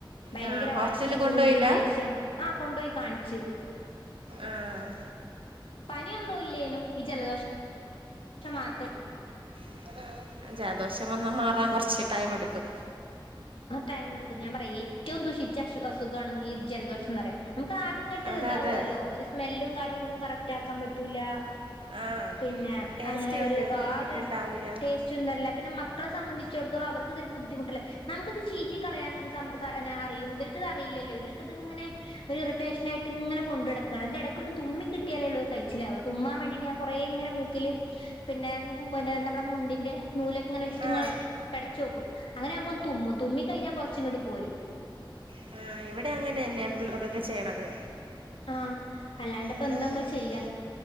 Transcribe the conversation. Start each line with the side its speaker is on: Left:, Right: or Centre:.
Left: ഭയ്ങ്കര
Right: ആ ഹോസ്റ്റലിൽ
Left: വാശി,
Right: കൊണ്ടുപോയില്ല
Left: കുറുമ്പ്, ദേഷ്യം ആഹ് കൊണ്ടോയി കാണ്ച്ചു.
Right: ആഹ്
Left: പനിയൊന്നും ഇല്ലേനും ഈ ജലദോഷ മാത്രം.
Right: <unintelligible> ജലദോഷം വന്ന മാറാൻ കൊർച്ച് ടൈം എടുക്കും.
Left: ആഹ് ടൈം എടുക്കും. ഞാൻ പറയെ ഏറ്റവും ദൂഷിച്ച അശു അസുഖാണ് ഈ ജലദോഷംന്നറയാ. നമ്മക്ക് ആകംങ്ങിട്ട്
Right: അതെ
Left: താവോല്ലോ.
Right: അതെ
Left: ഒരു സ്മെല്ലും കാര്യങ്ങളും കറക്റ്റ് ആക്കാൻ പറ്റൂല.
Right: ആ
Left: പിന്നെ
Right: ടേസ്റ്റ്
Left: അങ്ങനെ ഒരു
Right: ഉണ്ട്
Left: ആകെ
Right: കിട്ടുന്നുണ്ടാവൂല
Left: ടേ <unintelligible> പിന്നെ മക്കളെ സംബന്ധിച്ചോട്ത്തോളം അവർക്ക് ഇതൊരു ബുദ്ധിമുട്ടല്ലെ നമുക്കത് ചീറ്റി കളയാൻ അറിയും. ഇവർക്കത് അറിയില്ലല്ലോ ഇവർക്കത് ഇങ്ങനെ ഒരു ഇറിട്ടേഷനായിട്ട് ഇങ്ങന കൊണ്ട് നടക്ക. അതിന്റെടെക്കെന്ന് തുമ്മി കിട്ടിയാലെള്ളൂ അത് കഴിച്ചില്ലാവ. തുമ്മാൻ വേണ്ടിട്ട് ഞാ കൊറെ ഇങ്ങനെ മൂ ക്കില് പിന്നെ നമ്മടെ മുണ്ടിന്റെ നൂല് അങ്ങനെ വച്ച്ട്ടിങ്ങെ
Right: ആ
Left: പെട്ച്ചോക്കും. അങ്ങനെ ആമ്പൊ തുമ്മും. തുമ്മിക്കഴിഞ്ഞാ കൊർച്ച്ങ്ങട്ട് പോരും.
Right: <unintelligible> ഇവടെ അങ്ങനെന്നെ പിള്ളർക്കൊക്കെ ചെയ്യണത്.
Left: ആഹ് അല്ലാണ്ട്പ്പോ
Right: ഹലോ
Left: എന്താമ്മൾ
Right: ഓ,
Left: ചെയ്യാ.